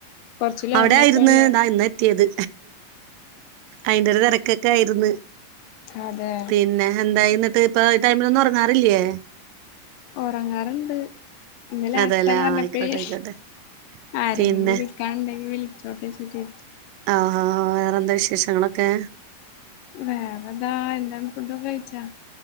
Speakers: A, on the left; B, on the right.
A: കൊറച്ച് ലോങ്ങായി
B: അവിടെ ആയിരുന്നു
A: പോയല്ലോ
B: ദാ ഇന്ന് ത്തിത് അയിന്റെ ഒരു തിരക്കൊക്കെ ആയിരുന്നു
A: അതെ
B: പിന്നെ എന്താ എന്നിട്ട് ഇപ്പൊ ഈ ടൈമിലൊന്നും ഉറങ്ങാറില്ലേ
A: ഉറങ്ങാറുണ്ട് ഇന്ന്‌ ലാസ്റ്റ്
B: അതെല്ലേ
A: അന്ന് പറഞ്ഞപ്പഴെ
B: ആയിക്കോട്ടെ ആയിക്കോട്ടെ
A: ആരെങ്കിലും
B: പിന്നെ
A: വിളി കണ്ടെങ്കിൽ വിളിച്ചോട്ടെ എന്ന് വെച്ചിട്ട്
B: ആഹ് ആഹ് വേറെന്താ വിശേഷങ്ങളൊക്കെ
A: വേറെന്താ എന്താണ് ഫുഡ്‌ ഒക്കെ കഴിച്ചാ